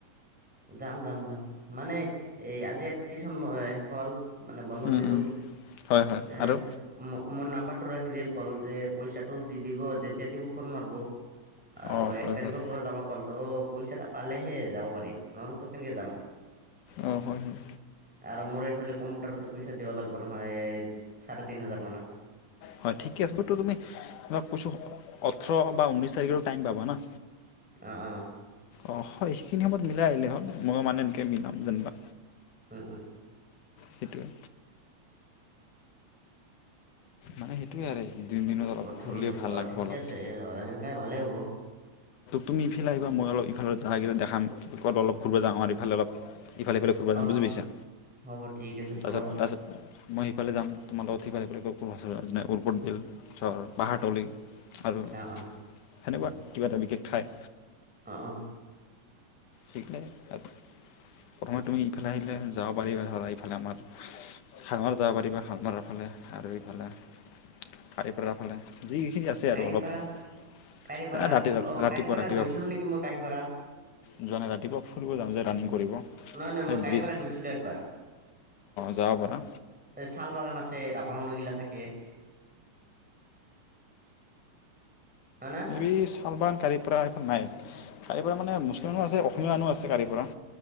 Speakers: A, in the centre; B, on the left.
A: যাম যাম যাম মানে এই আজি এটা টিচন মই শেষ হ'ল। মানে বন্ধ
B: উম
A: দিলো।
B: উম হয় হয়
A: এ
B: আৰু
A: মোৰ নাম্বাৰটো ৰাখি দিল কল যে পইচাটো দি দিব যেতিয়া দিব ফোন মাৰব। আৰু
B: অঁ
A: এক
B: হয়
A: তাৰিখৰ
B: হয়
A: পৰা যাবা কল, তো পইচাটা পালেহে যাব পাৰিম নহ'লেতো কেনেকে যাম।
B: অ হয় হয়।
A: আৰু মোৰ এইফালে কম্পিউটাৰতো পইচা দিব লাগিব নহয় এই চাৰে তিন হাজাৰ মানা।
B: হয় ঠিকে আছে বতো তুমি তোমাক কৈছো ওঠোৰ বা ঊনৈছ তাৰিখৰ টাইম পাবা না।
A: আহ আহ
B: অ হয় সেইখিনি সময়ত মিলাই আহিলে হ'ল, ময়ো মানে এনেকে মিলাম যেনিবা।
A: উম উম।
B: সেইটোৱে মানে সেইটোৱে আৰু দিন দিনত অলপ
A: অঠনিছ
B: ঘূৰলে ভাল
A: অ
B: লাগিব
A: ঠিকে
B: অলপ।
A: আছে অ হেংকাই ভালেই হ'ব।
B: তুমি এফালে আহিবা মই অলপ ইফালে জেগা দেখাম ক'ত অলপ ঘূৰবা যাওঁ আৰ ইফালে সিফালে ঘুৰবা জাম
A: অ
B: বুজি পাইছা?
A: হ'ব ঠিক আছে ফুৰবা
B: তাৰপিছত
A: যাম
B: তাৰপিছত মই সিফালে যাম তোমাৰ লগত সিফালেফালে ক যেনে উৰপতৰ বিল। ধৰ পাহাৰতলি আৰু
A: অ অ।
B: সেনেকুৱা কিবা এটা বিশেষ ঠাই
A: অ অ।
B: ঠিকে তাৰ প্ৰথমে তুমি ইফালে আহিলে যাব পাৰিবা ধৰা ইফালে আমাৰ শালমাৰ যাব পাৰিবা শাল মাৰাৰ ফালে আৰু ইফালে কাৰিপৰাৰ ফালে যিখিনি আছে
A: কাৰিপাৰা
B: আৰু অলপ হা
A: কাৰিপাৰা
B: ৰাতি
A: কোন
B: ৰাতিপুৱা
A: অ কাৰিপাৰা
B: ৰাতিপুৱা
A: গৈছিলো নেকি মই কালি পাৰা
B: যোৱা নাই ৰাতিপুৱা ফুৰিব যাম যে ৰানিং কৰিব
A: নহ নহয়
B: সেই
A: মই কাৰিপাৰা
B: ব্ৰিজ
A: গৈছিলো একবাৰ
B: যাব পাৰা
A: শাল বাগান আছে ৰাভা মানুহগিলা থাকে হয় না
B: এই শালবাৰ কাৰিপৰা এইখন নাই কাৰিপৰা মানে মুছলিম মানুহ আছে অসমীয়া মানুহ আছে কাৰিপৰা